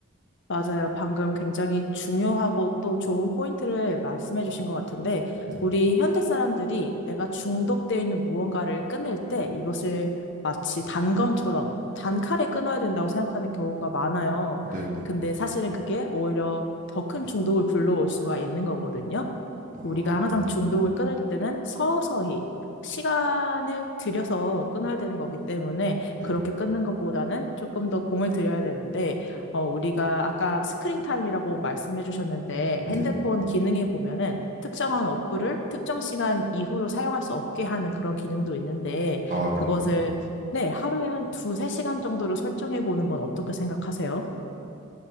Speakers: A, on the left (about 60°); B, on the right (about 40°).
A: 맞아요. 방금 굉장히 중요하고 또 좋은 포인트를 말씀해 주신 것 같은데,
B: 네.
A: 우리 현대 사람들이 내가 중독되어 있는 무언가를 끊을 때 이것을 마치 단검처럼 단칼에 끊어야 된다고 생각하는 경우가 많아요.
B: 네, 네.
A: 근데 사실은 그게 오히려 더 큰 중독을 불러올 수가 있는 거거든요.
B: 아.
A: 우리가 항상 중독을 끊을 때는 서서히 시간을 들여서 끊어야 되는 거기 때문에
B: 네.
A: 그렇게 끊는 것보다는 조금 더 공을 들여야 되는데, 어, 우리가 아까 스크린 타임이라고 말씀해 주셨는데,
B: 네.
A: 핸드폰 기능에 보면은 특정한 어플을 특정 시간 이후로 사용할 수 없게 하는 그런 기능도 있는데,
B: 아, 그런가요?
A: 그것을 네, 하루에 한 두세 시간 정도로 설정해 보는 건 어떻게 생각하세요?